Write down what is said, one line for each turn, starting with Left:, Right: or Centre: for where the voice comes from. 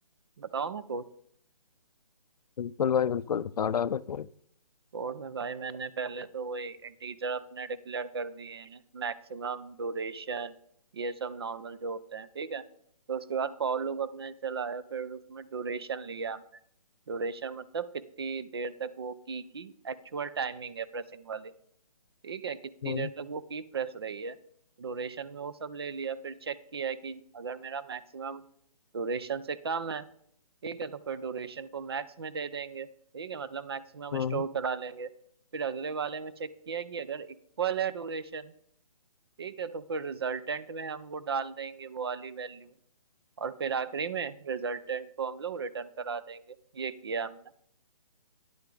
Right: बताओ मैं कोर्स
Left: बिल्कुल भाई बिल्कुल बता डालो कोड
Right: कोर्स में भाई मैंने पहले तो वही इंटीजर अपने डिक्लेयर कर दिए हैं मैक्सिमम ड्यूरेशन ये सब नॉर्मल जो होते हैं ठीक है तो उसके बाद फॉर लूप अपने चलाया फिर उसमें ड्यूरेशन लिया हमने ड्यूरेशन मतलब कितनी देर तक वो की की एक्चुअल टाइमिंग है प्रेसिंग वाली ठीक है कितनी
Left: हम्म
Right: देर तक वो की प्रेस रही है ड्यूरेशन में वो सब ले लिया फिर चेक किया कि अगर मेरा मैक्सिमम ड्यूरेशन से कम है ठीक है तो फिर ड्यूरेशन को मैक्स में दे देंगे ठीक है मतलब मैक्सिमम
Left: हम्म
Right: स्टोर करा लेंगे फिर अगले वाले में चेक किया कि अगर इक्वल है ड्यूरेशन ठीक है तो फिर रिजल्टेंट में हम वो डाल देंगे वो वाली वैल्यू और फिर आखिरी में रिजल्टेंट को हम लोग रिटर्न करा देंगे ये किया हमने